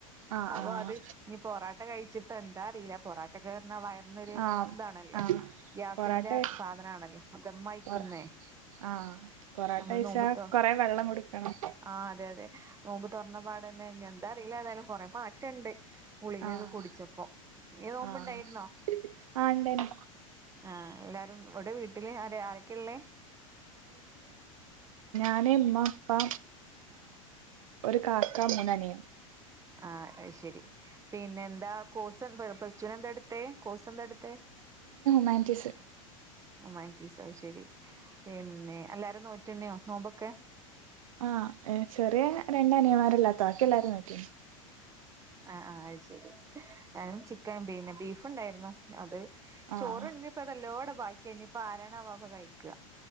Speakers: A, on the right; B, on the right.
A: ആഹ്
B: അപ്പൊ
A: ആഹ്
B: അത് ഞ് പൊറാട്ട കഴിച്ചി പെന്താഅറീല. പൊറാട്ടക്കെ ർഞ്ഞാ വയർന്നൊര്
A: ആഹ്
B: താണല്ലോ
A: ആഹ്
B: ഗ്യാസിന്റെ
A: പൊറാട്ടെ
B: സാധന ആണല്ലേ അ ദമ്മായ്ക്ന്നേ
A: പൊറ ആഹ് പൊറോട്ട
B: നമ്മൾ
A: കഴിച്ചാ
B: നോമ്പ് തൊ
A: കൊറെ വെള്ളം കുടിക്കണം
B: ആഹ് അതെ അതെ നോമ്പ് തൊർന്നപാ അന്നെ എന്താറിയില്ല തായാലും കുറെ മാറ്റുണ്ട് ഗളികൊക്കെ
A: ആഹ്
B: കുടിച്ചപ്പോൊ ന നോമ്പണ്ടായിരുന്നോ
A: ആഹ് ആഹ് ഇണ്ടേനു
B: ആഹ എല്ലാരും ഇവിടെ വീട്ടില് ആ ആരൊക്കെയ ഉള്ളേ
A: നേ അമ്മ അപ്പ ഒരു കാക്ക മുനനെയ
B: ആ ശരി പിന്നെ എന്താ കോഴ്സ് എ പ്ലസ് ടുവിന് എന്താ എടുത്ത കോഴ്സ് എന്താ എടുത്ത
A: നയൻറ്റി സി
B: ഒമാൻ ീസ ശരി പിന്നെ എല്ലാരും നോറ്റുണയോ നോമ്പൊക്കെ
A: ആഹ് ചെറിയ രണ്ട അനിയമാരല്ലാത്ത ബാക്കി എല്ലാരും പറ്റീ
B: ആ ആ അത് ശരി ഞാനും ചിക്കൻ പിന്നെ ബീഫ് ഉണ്ടായിുന്നോ അത്
A: ആഹ്
B: ചോറ്ണ്നിപ്പ ഇതെല്ലോടെ ബാക്കിനിപ്പ ആരണൊക്കെ കഴിക്കുക